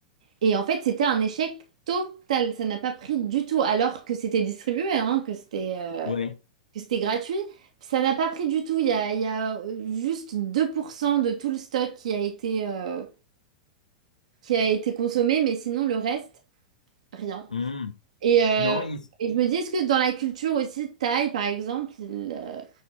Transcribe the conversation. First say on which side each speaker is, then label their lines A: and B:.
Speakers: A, on the right; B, on the left.
A: Et en fait, c'était un échec total. Ça n'a pas pris du tout, alors que c'était distribué, hein, que c'était euh,
B: oui.
A: que c'était gratuit. Ça n'a pas pris du tout. Il y a, il y a juste 2% de tout le stock qui a été, euh, qui a été consommé, mais sinon, le reste, rien.
B: Hmm.
A: Et, euh,
B: Non,
A: et je me dis, est-ce que dans la culture aussi, Thaï, par exemple, il, euh,